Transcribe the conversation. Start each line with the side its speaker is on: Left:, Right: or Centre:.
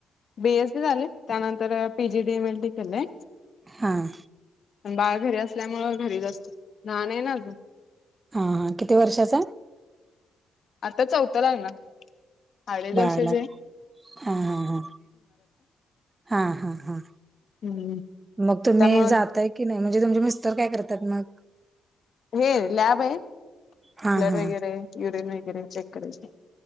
Left: बी. एस. सी झालंय त्यानंतर P. G. D M. L. D. केलेय.
Right: हां.
Left: पण बाळ घरी असल्यामुळं घरीच असतो, लहान आहे ना आजून.
Right: हा हा किती वर्षाचा?
Left: आता चौथ लागणार, अडीच
Right: बाळाला
Left: वर्षोची हाय.
Right: हा हा हा, हा हा हा.
Left: हम्म
Right: मग तुम्ही
Left: त्यामुळं
Right: जातंय की नाही, म्हणजे तुमचे मिस्टर काय करत्यात मग?
Left: हे लॅब आहे,
Right: हा
Left: ब्लड
Right: हा
Left: वगैरे युरिन वगैरे चेक करायचं.